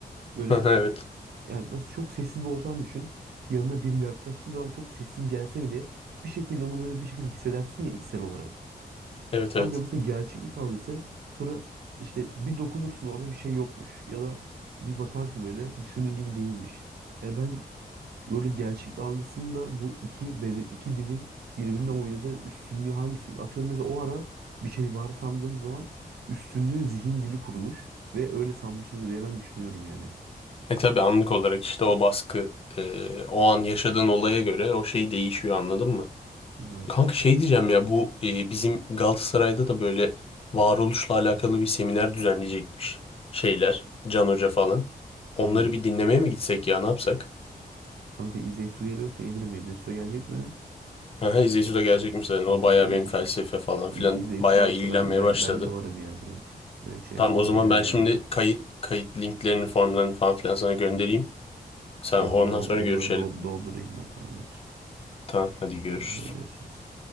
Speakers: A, on the right (about 80°); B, on the left (about 35°).
A: böyle
B: <laughs> Evet.
A: Yani nasıl çok sessiz bir ortam düşün. Yanına biri yaklaştığı zaman çok sessiz gelse bile bir şekilde onu böyle bir şekilde hissedersin ya içsel olarak.
B: Evet
A: Kanka
B: evet.
A: mesela gerçeklik algısı sonra işte bir dokunursun orada bir şey yokmuş ya da bir bakarsın böyle düşündüğün gibi değilmiş. Yani ben böyle gerçeklik algısında bu iki bede- iki dilin birbirine oynadığı üstünlüğü hangisi? Atıyorum mesela o ara bir şey var sandığımız zaman üstünlüğü zihin dili kurulmuş ve öyle sanmışız diye ben düşünüyorum yani.
B: E tabii anlık olarak işte o baskı e, o an yaşadığın olaya göre o şey değişiyor anladın mı?
A: Evet.
B: Kanka şey diyeceğim ya bu e, bizim Galatasaray'da da böyle varoluşla alakalı bir seminer düzenleyecekmiş şeyler Can Hoca falan. Onları
A: Hı hı.
B: bir dinlemeye mi gitsek ya ne yapsak?
A: Kanka İzeysu geliyorsa gelir mi? İzeysu da gelecek mi?
B: Aha İzeysu de gelecekmiş zaten
A: Tamam
B: o
A: kanka
B: bayağı benim
A: İz,
B: felsefe falan filan
A: İz, İzeysu
B: bayağı
A: varsa
B: ilgilenmeye
A: ben ben
B: başladı.
A: ben de varım ya direkt. Direkt şey
B: Tamam
A: yapalım
B: o zaman
A: gelirim
B: ben
A: yani.
B: şimdi kayıt kayıt linklerini formlarını falan filan sana göndereyim.
A: Hı hı.
B: Sen
A: Tamamdır
B: ondan
A: ben on-
B: sonra
A: onları
B: görüşelim.
A: dol- doldurayım ben tamamdır.
B: Tamam hadi görüşürüz.
A: Tamam, Hadi görüşürüz.